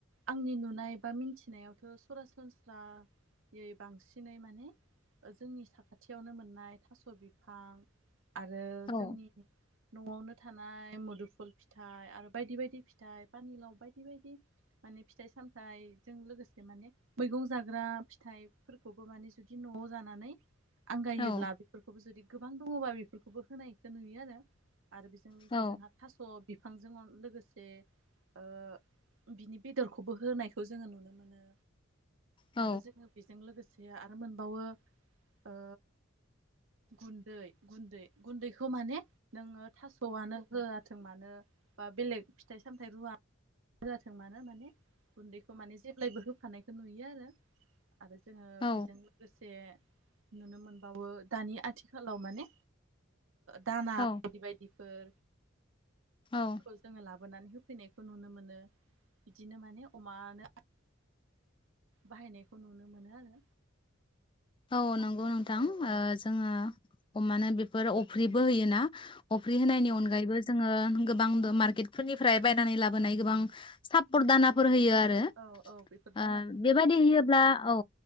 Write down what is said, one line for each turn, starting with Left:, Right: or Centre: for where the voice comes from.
Right: आंनि नुनाय बा मिथिनायावथ' सरासनस्रायै बांसिनै माने जोंनि साखाथियावनो मोननाय थास' बिफां आरो
Left: औ
Right: जोंनि न'आवनो थानाय मुदुफुल फिथाइ आरो बायदि बायदि फिथाइ पानिलाव बायदि बायदि माने फिथाइ सामथाइजों लोगोसे माने मैगं जाग्रा फिथाइफोरखौबो माने जुदि न'आव जानानै आंगायोब्ला
Left: औ
Right: बेफोरखौबो जुदि गोबां दङबा बेफोरखौबो होनायखौ नुयो आरो आरो बेजों लोगोसे
Left: औ
Right: जोंहा थास' बि फांजों लोगोसे ओ बिनि बेदरखौबो होनायखौ जोङो नुनो मोनो
Left: औ
Right: आरो जोङो बेजों लोगोसे से आरो मोनबावो ओ गुन्दै गुन्दै गुन्दैखौ माने नोङो थास'आनो हो याथों मानो बा बेलेग फिथाइ सामथाइ रुवा जाथों मानो माने गुन्दैखौ माने जेब्लायबो होफानाय नुयो आरो आरो जोङो
Left: औ
Right: बेजों लोगोसे नुनो मोनबावो दानि आथिखालाव माने दाना
Left: औ
Right: बायदि बायदि फोर
Left: औ
Right: खौ जोङो लाबो माबोनानै होफैनायखौ नुनो मोनो बिदिनो माने अमानो बाहायनायखौ नुनो मोनो आरो
Left: औ नंगौ
Right: आरो
Left: नोंथां
Right: औ औ
Left: जोङो अमानो बे फोर अफ्रिबो होयोना अफ्रि होनायनि अनगायैबो जोङो गोबां द मार्केटफोरनिफ्राय बायनानै लाबोनाय
Right: औ
Left: गोबां सापर्ट दानाफोर होयो आरो। ओ
Right: औ औ बेफोर दानाफोरखौ
Left: बेबायदि
Right: बाहायनाय
Left: होयोब्ला औ